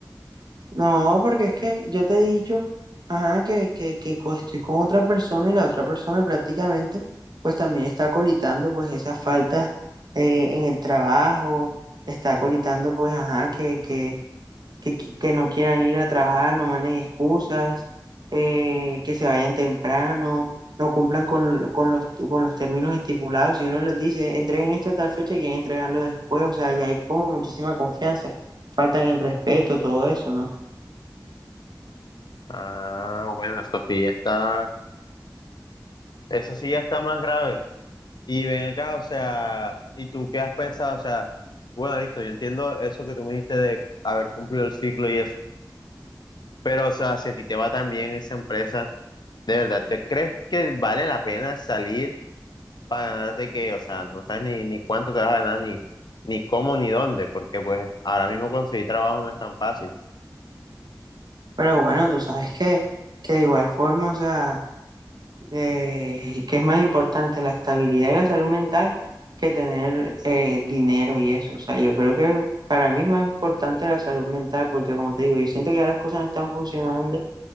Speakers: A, on the right (about 60°); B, on the left (about 65°).
A: No, porque es que yo te he dicho, ajá, que, que, que co- estoy con otra persona y la otra persona prácticamente, pues también está colitando pues esas faltas eh, en el trabajo, está colitando pues, ajá, que, que que, qui- que no quieran ir a trabajar, no manden excusas, eh, que se vayan temprano, no cumplan con, con los, con los términos estipulados. Si uno les dice, entreguen esto a tal fecha y quieren entregarlo después, o sea, ya hay como muchísima confianza, faltan el respeto, todo eso, ¿no?
B: Ah, bueno, eso sí ya está, eso sí ya está más grave. Y ven acá, o sea, ¿y tú qué has pensado? O sea, bueno, listo, yo entiendo eso que tú me dijiste de haber cumplido el ciclo y eso, pero o sea, si a ti te va tan bien esa empresa, ¿de verdad te crees que vale la pena salir para ganarte que, o sea, no sabes ni, ni cuánto te vas a ganar, ni, ni cómo, ni dónde, porque pues ahora mismo conseguir trabajo no es tan fácil.
A: Pero bueno, tú sabes que, que de igual forma, o sea... Eh, y que es más importante la estabilidad y la salud mental que tener eh, dinero y eso. O sea, yo creo que para mí es más importante la salud mental porque, como te digo, yo siento que ya las cosas no están funcionando